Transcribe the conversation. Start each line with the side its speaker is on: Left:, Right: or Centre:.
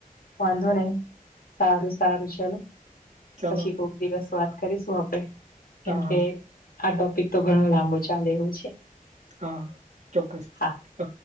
Left: વાંધો નહી સારું સારું ચલો
Right: ચાલો
Left: પછી કોક દિવસ વાત કરીશું આપણે કેમકે
Right: હા
Left: આ ટોપિક તો ઘણો લાંબો ચાલે એવો છે
Right: હા હા ચોક્કસ
Left: હા
Right: હ